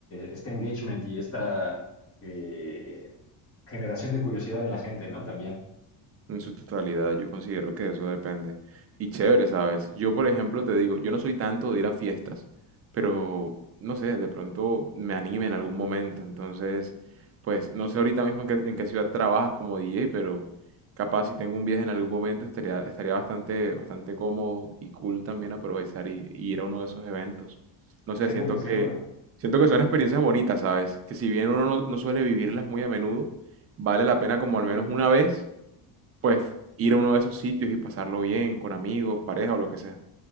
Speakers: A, on the left (about 30°); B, on the right (about 30°).
A: este engagement y esta eh, generación de curiosidad en la gente, ¿no? También.
B: En su totalidad, yo considero que eso depende. Y chévere, ¿sabes? Yo, por ejemplo, te digo, yo no soy tanto de ir a fiestas, pero no sé, de pronto me anime en algún momento. Entonces, pues no sé ahorita mismo en qué, en qué ciudad trabajas como DJ, pero capaz si tengo un viaje en algún momento estaría, estaría bastante, bastante cómodo y cool también aprovechar y, y ir a uno de esos eventos. No sé,
A: Seguro,
B: siento
A: seguro.
B: que, siento que son experiencias bonitas, ¿sabes? Que si bien uno no no suele vivirlas muy a menudo, vale la pena como al menos una vez pues ir a uno de esos sitios y pasarlo bien con amigos, pareja o lo que sea.